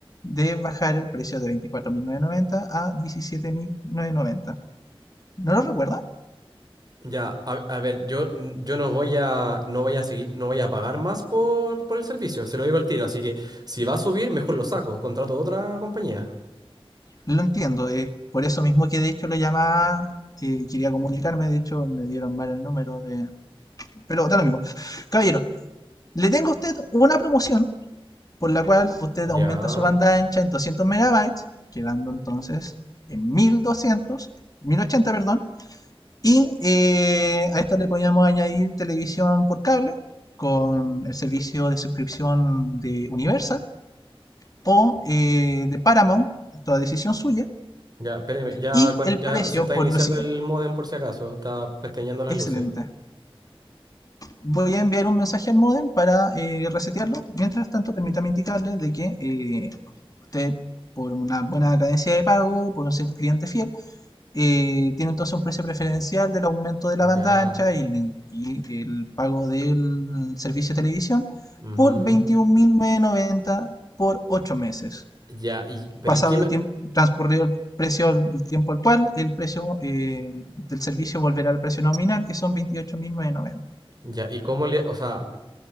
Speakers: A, on the left; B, on the right.
A: de bajar el precio de 24.990 a 17.990. ¿No lo recuerda?
B: Ya, a, a ver, yo, yo no voy a, no voy a seguir, no voy a pagar más por, por el servicio, se lo digo al tiro, así que si va a subir, mejor lo saco, contrato otra compañía.
A: Lo entiendo, es por eso mismo que de hecho le llamaba, eh, quería comunicarme, de hecho me dieron mal el número de... Pero da lo mismo. Caballero, le tengo a usted una promoción por la cual usted aumenta
B: Ya,
A: su banda ancha en 200 megabytes, quedando entonces en 1200, 1080, perdón, Y eh, a esto le podíamos añadir televisión por cable con el servicio de suscripción de Universal o eh, de Paramount, toda decisión suya,
B: ya, espéreme, ya,
A: y
B: cuan-
A: el
B: ya
A: precio
B: se está
A: por
B: iniciando
A: lo siguiente.
B: el modem por si acaso, está pestañeando las
A: Excelente.
B: luces.
A: Voy a enviar un mensaje al módem para eh, resetearlo. Mientras tanto, permítame indicarle de que eh, usted, por una buena cadencia de pago, por un ser cliente fiel, eh, tiene entonces un precio preferencial del aumento de la banda
B: Ya,
A: ancha y, y el pago del servicio de televisión
B: ujú,
A: por 21.990 por 8 meses.
B: Ya, y, pero
A: Pasado
B: ¿y qué me-
A: el tiempo, transcurrido el precio, el tiempo actual, el precio eh, del servicio volverá al precio nominal, que son 28.990.
B: ya, y cómo le, o sea,